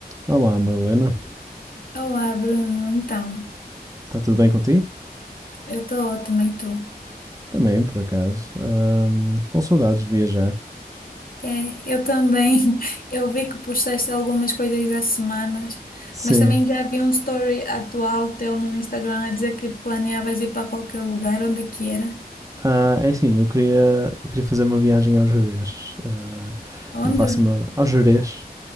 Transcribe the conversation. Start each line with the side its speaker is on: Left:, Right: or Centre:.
Right: Olá, Madalena.
Left: Olá, Bruno. Então,
Right: Está tudo bem contigo?
Left: eu estou ótima e tu?
Right: Também, por acaso. Ahm, com saudades de viajar.
Left: É, eu também. <laughs> Eu vi que postaste algumas coisas há semanas,
Right: Sim.
Left: mas também já vi um story atual teu no Instagram a dizer que planeavas ir para qualquer lugar, onde é que era?
Right: Ah, é assim, eu queria, eu queria fazer uma viagem ao Jerez. Ah,
Left: Onde?
Right: não faço uma... ao Jerez?